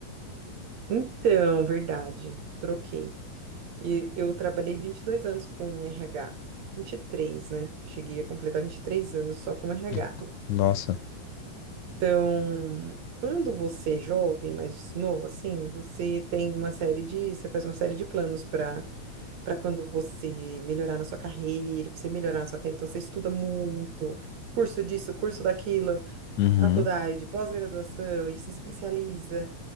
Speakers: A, on the right; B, on the left.
A: Então, verdade, troquei. E eu trabalhei 22 anos com RH, três, né? Cheguei a completar 23 anos só com RH.
B: Hum. Nossa.
A: Então, quando você é jovem, mais novo, assim, você tem uma série de, você faz uma série de planos para para quando você melhorar na sua carreira, para você melhorar na sua carreira, então você estuda muito, curso disso, curso daquilo,
B: Uhum.
A: né, faculdade, pós-graduação, e se especializa,